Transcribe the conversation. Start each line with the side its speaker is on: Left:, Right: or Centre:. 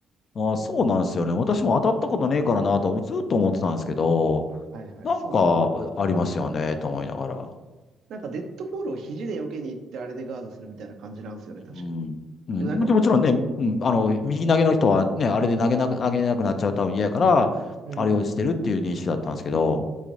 Left: あー、そうなんですよね。私も当たったことねえからなと、ずっと思ってたんですけど、
Right: はいはい、
Left: なんかありますよね、
Right: そうっす。
Left: と思いながら。
Right: なんかデッドボールを肘で避けに行ってあれでガードするみたいな感じなんですよね、確か。
Left: うん。うん、
Right: でもなんか、
Left: でもちろんね、うん、あの、右投げの人はね、あれで投げなく、投げれなくなっちゃうと嫌やから、
Right: うん、
Left: あれをしてるっていう認識だったんですけど、